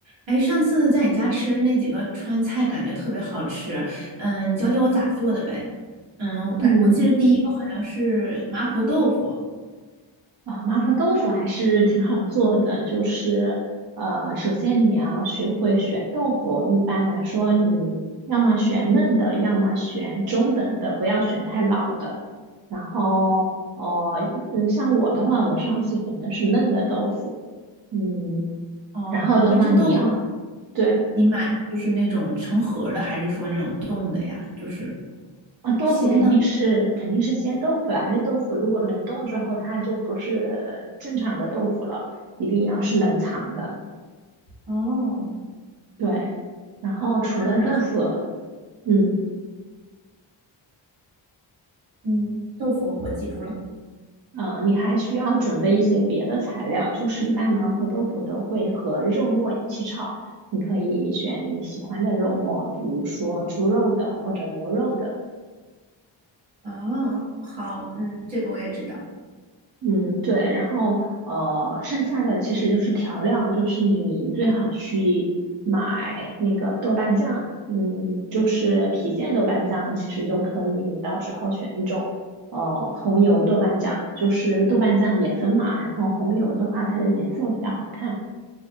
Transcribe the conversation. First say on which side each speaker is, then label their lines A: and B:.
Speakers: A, on the right (about 70°); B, on the right (about 50°).
A: 哎，上次在你家吃的那几个川菜，感觉特别好吃。嗯，你教教我咋做的呗？嗯，我感我记得第一个好像是麻婆豆腐。
B: 嗯，啊，麻婆豆腐还是挺好做的，就是呃，首先你要学会选豆腐。一般来说，你要么选嫩的，要么选中等的，不要选太老的。然后，哦，嗯，像我的话，我上次选的是嫩的豆腐。嗯，
A: 哦，
B: 然后的话，
A: 哎，这豆腐
B: 你要对
A: 你买就是那种成盒儿的，还是说那种冻的呀？就是
B: 啊，豆腐肯定是肯定是鲜豆腐呀、
A: 鲜的？
B: 这豆腐如果冷冻之后，它就不是正常的豆腐了，一定要是冷藏的。
A: 哦，
B: 对，然后除了豆腐，
A: 那
B: 嗯，
A: 嗯，豆腐我记住了。
B: 啊，你还需要准备一些别的材料，就是一般麻婆豆腐都会和肉末一起炒，你可以选你喜欢的肉末，比如说猪肉的或者牛肉的，
A: 哦，好，嗯，这个我也知道。
B: 嗯，对，然后呃，剩下的其实就是调料，就是你最好去买那个豆瓣酱，嗯，就是郫县豆瓣酱，其实就可以，你到时候选一种呃红油豆瓣酱，就是豆瓣酱也分嘛，然后红油的话，它的颜色比较好看。